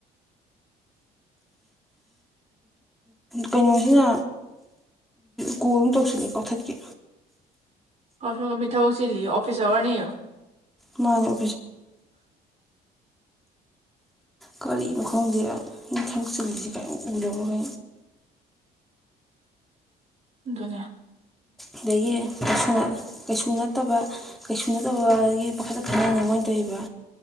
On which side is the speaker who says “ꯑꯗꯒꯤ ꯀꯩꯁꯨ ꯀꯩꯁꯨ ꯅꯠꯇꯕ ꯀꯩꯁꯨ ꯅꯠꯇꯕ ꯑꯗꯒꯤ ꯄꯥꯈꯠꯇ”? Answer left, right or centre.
Centre